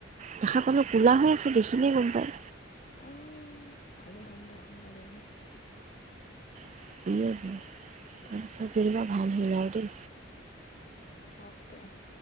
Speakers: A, on the right; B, on the left.
A: দেখা পালো কুলা হৈ আছে। দেখিলেই গম পায়।
B: অ' ভালে হল দে <unintelligible>
A: <unintelligible> চব <unintelligible> পা ভাল হয় আৰু দেই।
B: হক দেহ।